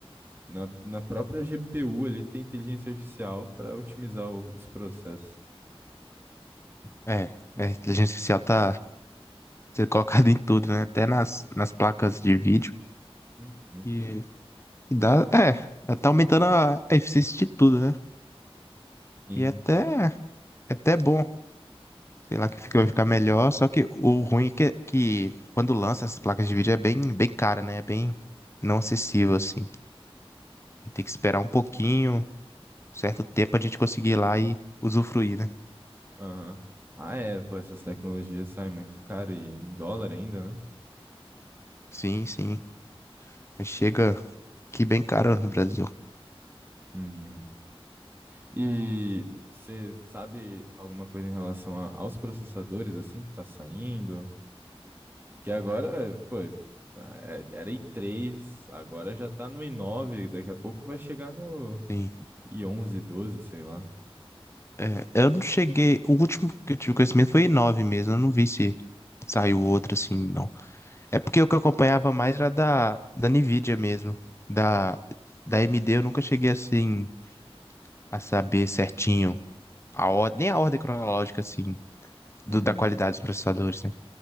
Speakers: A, on the right; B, on the left.
A: na, na própria GPU ali tem inteligência artificial para otimizar o- os processos.
B: É, é, a inteligência artificial tá ser colocado em tudo, né? Até nas, nas placas de vídeo.
A: Uhum.
B: E e dá, é, tá aumentando a, a eficiência de tudo, né?
A: Sim.
B: E é até, é até bom. Sei lá que fica, vai ficar melhor. Só que o ruim é que, que quando lança essas placas de vídeo é bem, bem cara, né? É bem não acessível, assim. Tem que esperar um pouquinho, um certo tempo a gente conseguir ir lá e usufruir, né?
A: Aham. Ah, é, pô, essas tecnologias saem muito caro e em dólar ainda, né?
B: Sim, sim. Mas chega aqui bem caro no Brasil.
A: Uhum. E você sabe alguma coisa em relação a- aos processadores assim que tá saindo? Que agora, pô, é- era i três agora já tá no i nove daqui a pouco vai chegar no
B: Sim.
A: i11, 12 sei lá.
B: É, eu não cheguei. O último que eu tive conhecimento foi nove mesmo. Eu não vi se saiu
A: Uhum.
B: outro assim, não. É porque o que eu acompanhava mais era da, da Nvidia mesmo. Da, da AMD eu nunca cheguei assim a saber certinho a ordem, nem a ordem cronológica assim,
A: Uhum.
B: do- da qualidade dos processadores, né?